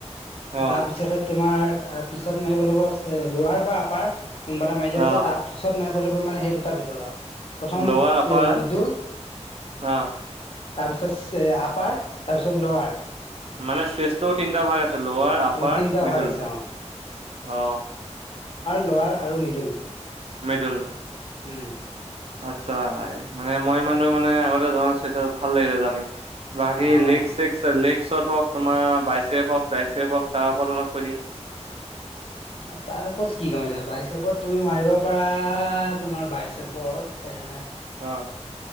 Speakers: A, on the right; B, on the left.
A: অ
B: তাৰপিছতে তোমাৰ পিছত মাৰিব লাগিব লৱাৰ বা আপাৰ কোনোবা এটা মাৰিলে হৈছে
A: অ
B: তাৰ পিছত মাৰিব লাগিব মানে সেই দুটাৰ ভিতৰত আও প্ৰথম
A: লৱাৰ আপাৰ
B: মিদুল
A: অ
B: তাৰপিছত আপাৰ তাৰপিছত লৱাৰৰ
A: মানে চেষ্ট তিনিটা ভাগ আছ ছে লৱাৰ, আপাৰ,
B: অ', তিনিটা
A: মিদুল
B: ভাগ আছে অ',
A: অ
B: লোৱাৰ আৰু মিডুল
A: মিদুল
B: উম
A: আচ্ছা মানে মই ইমানটো মানে আগতে জনা নাছিলো এতিয়া ভাল লাগিলে জানি বাকী
B: অ',
A: লেগ চেগ লেগ ত হওক তোমাৰ বাইচেপ হওক তাইচেপ হওক তাৰ ওপৰত অলপ কৈ দিয়া
B: তাৰ পৰত কি ক'ম এতিয়া বাইচেপত তুমি মাৰিব পাৰা তোমাৰ বাইচপৰ এ
A: অ